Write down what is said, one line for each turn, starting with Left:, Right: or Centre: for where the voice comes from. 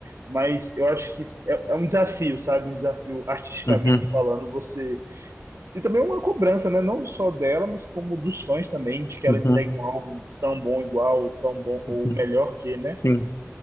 Right: mas eu acho que é, é um desafio, sabe? Um desafio artisticamente
Left: uhum,
Right: falando, você e também uma cobrança, né? Não só dela, mas como dos fãs também, de que ela
Left: uhum,
Right: entregue
Left: uhum,
Right: um álbum tão bom igual, tão bom, ou
Left: uhum.
Right: melhor que, né?
Left: sim.